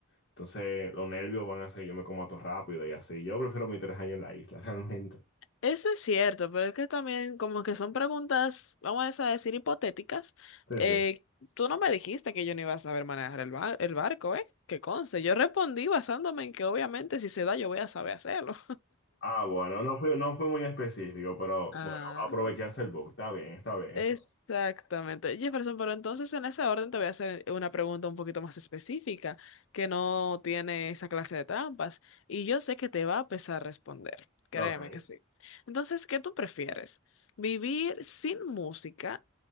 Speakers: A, on the left; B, on the left.
A: Entonces los nervios van a hacer que yo me coma todo rápido y así. Yo prefiero mis tres años en la isla, <laughs> realmente.
B: Eso es cierto, pero es que también como que son preguntas, vamos a decir, hipotéticas.
A: Sí,
B: Eh,
A: sí.
B: tú no me dijiste que yo no iba a saber manejar el, ba- el barco, ¿eh? Que conste, yo respondí basándome en que obviamente si se da yo voy a saber hacerlo.
A: Ah, bueno, no fue, no fue muy específico, pero
B: Ah.
A: bueno, aprovechaste el book, Está bien, está bien,
B: Exactamente.
A: está
B: Jefferson, pero entonces en ese orden te voy a hacer una pregunta un poquito más específica, que no tiene esa clase de trampas, y yo sé que te va a pesar responder. Créeme
A: bien. Ok.
B: que sí. Entonces, ¿qué tú prefieres? ¿Vivir sin música?